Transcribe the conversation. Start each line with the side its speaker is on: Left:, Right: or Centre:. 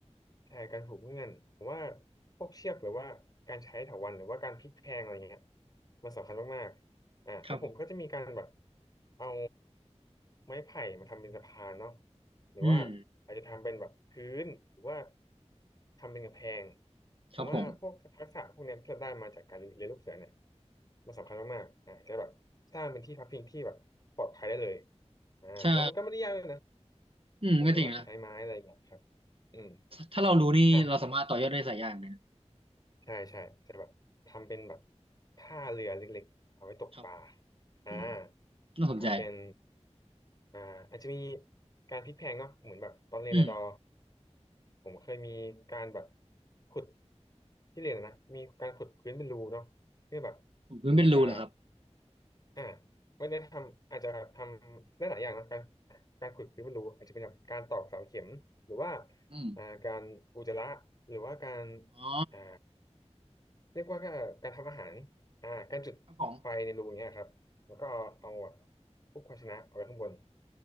Left: ใช่การผูกเงื่อนผมว่าพวกเชือกหรือว่าการใช้เถาวัลย์หรือว่าการพลิกแพลงอะไรเงี้ยมันสำคัญมากๆอ่าของผมก็จะมีการแบบ
Right: ครับผม
Left: เอาไม้ไผ่มาทำเป็นสะพานเนาะหรือว่าอาจจะทำเป็นแบบพื้นหรือว่า
Right: อืม
Left: ทำเป็นกำแพง
Right: ครับผม
Left: ผมว่าพวกทักษะพวกเนี้ยที่เราได้มาจากการเรียนลูกเสือเนี่ยมันสำคัญมากๆอ่าจะแบบสร้างเป็นที่พักพิงที่แบบปลอดภัยได้เลยอ่าแล้วมันก็ไม่ได้ยากเลยนะ
Right: ใช่อืมก็จริงนะ
Left: เราก็แบบใช้ไม้อะไรเงี้ยครับอืม
Right: ถ้าเรารู้นี่เราสามารถต่อยอดได้หลายอย่างเลยนะ
Left: อ่ะ ใช่ใช่จะแบบทำเป็นแบบท่าเรือเล็กๆเอาไว้ตกปลา
Right: ครับ
Left: อ่า
Right: อืมน่าสนใจ
Left: ทำเป็นอ่าอาจจะมีการพลิกแพลงเนาะเหมือนแบบตอนเรียนระดอ
Right: อืม
Left: ผมเคยมีการแบบขุดที่เรียนอะนะมีการขุดพื้นเป็นรูเนาะเพื่อแบบ
Right: ขุดพื้นเป็นรูเหรอครับ
Left: อาจจะอ่าไม่ได้ทำอาจจะทำได้หลายอย่างนะการการขุดพื้นเป็นรูอาจจะเป็นแบบการตอกเสาเข็มหรือว่า
Right: อืม
Left: อ่าการอุจจาระหรือว่าการ
Right: อ๋อ
Left: อ่า เรียกว่าก็การทำอาหารอ่าการจุดไฟในรูเนี้ยครับ
Right: ครับผม
Left: แล้วก็เอาเอาพวกภาชนะเอาไว้ข้างบน